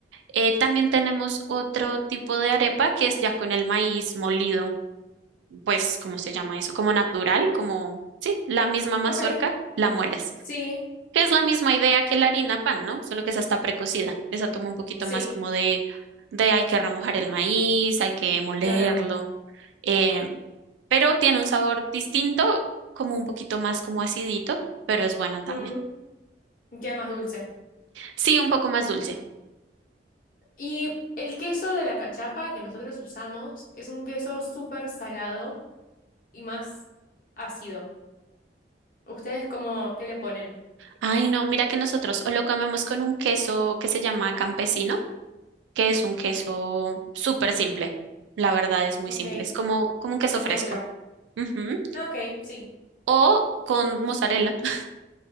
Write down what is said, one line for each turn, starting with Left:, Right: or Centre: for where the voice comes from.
Right: Eh, también tenemos otro tipo de arepa que es ya con el maíz molido, pues, ¿cómo se llama eso? Como natural, como, sí, la misma mazorca,
Left: Ok.
Right: la mueles.
Left: Sí,
Right: Que es la misma idea que la harina pan, ¿no? Solo que esa está precocida. Esa toma un poquito
Left: sí,
Right: más como de, de hay que remojar el maíz, hay que molerlo.
Left: claro.
Right: eh, pero tiene un sabor distinto, como un poquito más como acidito, pero es bueno también.
Left: Mm. Y Queda más dulce.
Right: Sí, un poco más dulce.
Left: Y el queso de la cachapa que nosotros usamos es un queso súper salado y más ácido. ¿Ustedes cómo, qué le ponen?
Right: Ay, no, mira que nosotros o lo comemos con un queso que se llama campesino, que es un queso súper simple. La verdad es muy
Left: Ok,
Right: simple, es como, como un
Left: como
Right: queso
Left: más
Right: fresco.
Left: neutro.
Right: Ujú.
Left: Ah, ok, sí.
Right: O con mozzarella. <laughs>